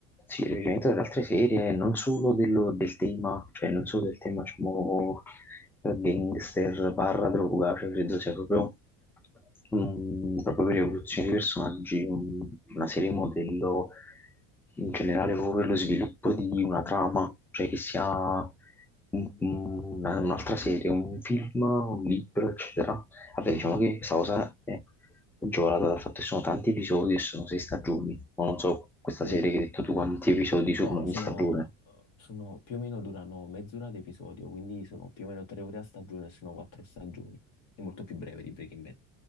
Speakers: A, in the centre; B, on the left (about 85°).
A: sì, il riferimento ad altre serie, non solo dello- del tema, cioè non solo del tema, diciamo, gangster, barra droga, cioè credo sia proprio, mm, proprio per evoluzione dei personaggi, un- una serie modello in generale proprio per lo sviluppo di una trama, cioè che sia un- una- un'altra serie, un film, un libro, eccetera, Vabbè, diciamo che questa cosa è agevolata dal fatto che sono tanti episodi e sono sei stagioni. Ma non so questa
B: Sì.
A: serie che hai detto tu quanti episodi sono
B: No,
A: ogni
B: sono,
A: stagione.
B: sono più o meno durano mezz'ora ad episodio, quindi sono più o meno tre ore a stagione, sono quattro stagioni. È molto più breve di Breaking Bad.